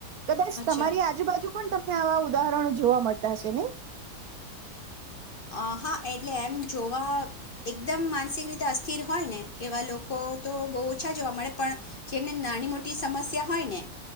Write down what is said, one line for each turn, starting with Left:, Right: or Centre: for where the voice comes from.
Right: કદાચ
Left: અચ્છા
Right: તમારી આજુબાજુ પણ <inaudible> આવા ઉદાહરણો જોવા મળતા છે નહી
Left: અહા! એટલે એમ જોવા એકદમ માનસિક રીતે અસ્થિર હોય ને એવા લોકો તો બહુ ઓછા જોવા મળે, પણ જેને નાની મોટી સમસ્યા હોય ને